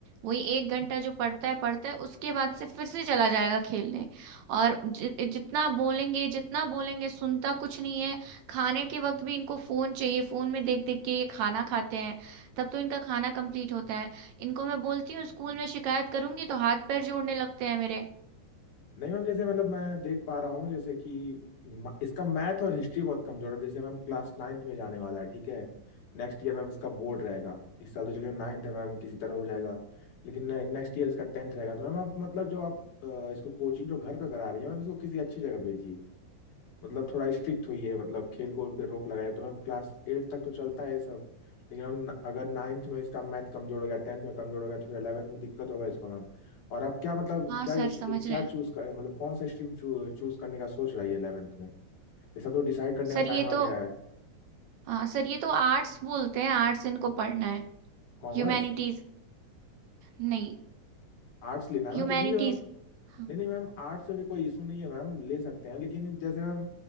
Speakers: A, on the right (about 70°); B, on the left (about 75°).
A: वही
B: हाँ
A: एक घंटा जो पढ़ता है पढ़ता है उसके बाद से फिर से चला जाएगा खेलने और जि, जितना बोलेंगे जितना बोलेंगे सुनता कुछ नहीं है खाने के वक्त भी इनको फोन चाहिए फोन में देख देख के ये खाना खाते हैं तब तो इनका खाना कंप्लीट होता है इनको मैं बोलती हूँ स्कूल में शिकायत करूंगी तो हाथ पैर जोड़ने लगते हैं मेरे
B: नहीं मैम जैसे मतलब मैं देख पा रहा हूँ जैसे कि म- इसका मैथ और हिस्ट्री बहुत कमजोर है जैसे मैम क्लास नाइन्थ में जाने वाला है ठीक है नेक्स्ट ईयर मैम इसका बोर्ड रहेगा इस साल तो चलिए नाइन्थ है मैम किसी तरह हो जाएगा लेकिन ने, नेक्स्ट ईयर इसका टेंथ रहेगा तो मैम आप मतलब जो आप अ, इसको कोचिंग जो घर पे करा रही है मैम इसको किसी अच्छी जगह भेजिए मतलब थोड़ा स्ट्रिक्ट हुई है मतलब खेल कूद पे रोक लगाई है। तो मैम क्लास एट तक तो चलता है ये सब लेकिन हम न- अगर नाइन्थ में इसका मैथ कमजोर हो गया टेंथ में कमजोर हो गया तो फिर 11th में दिक्कत होगा इसको मैम और आप क्या मतलब
A: हाँ
B: क्या ये
A: सर
B: चू-
A: समझ
B: क्या
A: रहे हैं
B: चूज कर मतलब कौन सा स्ट्रीम चूज करने का सोच रही है 11th में ये सब तो डिसाइड करने
A: सर
B: का
A: ये
B: टाइम आ
A: तो
B: गया है
A: हाँ सर ये तो आर्ट्स बोलते हैं आर्ट्स इनको पढ़ना है
B: कॉमर्स
A: ह्यूमैनिटीज नहीं
B: आर्ट्स लेना है
A: ह्यूमैनिटीज
B: मैम तो ठीक है मैम
A: हाँ,
B: नहीं नहीं मैम आर्ट्स में भी कोई इशू नहीं है मैम ले सकते हैं लेकिन जैसे मैम